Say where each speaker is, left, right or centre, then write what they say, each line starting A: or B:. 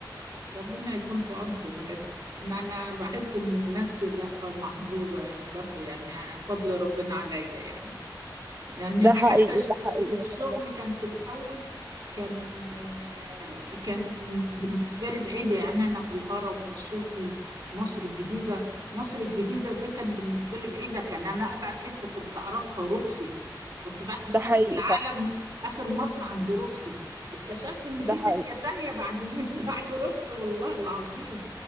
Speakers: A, on the right; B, on the right.
A: ربنا يكون في عونكم بجد أنا أنا بحس إن نفسي لأ محظوظة يا ملاكي يعني فضل ربنا عليا يعني يعني
B: ده
A: أنا
B: حقيقي
A: حتى الش-
B: ده
A: ال-
B: حقيقي
A: الشغل
B: ما شاء الله
A: كان في الأول كان آه، كان بالنسبة لي بعيدة يعني أنا في الهرم والشغل مصر الجديدة مصر الجديدة دي كان بالنسبة لي بعيدة كان أنا أبعد حتة كنت أعرفها روكسي كنت بحسب
B: ده
A: آخر
B: حقيقي
A: العالم
B: صح
A: آخر مصر عند روكسي اكتشفت إن
B: ده
A: في
B: حقيقي
A: دنيا تانية بعد <laughs> بعد روكسي والله العظيم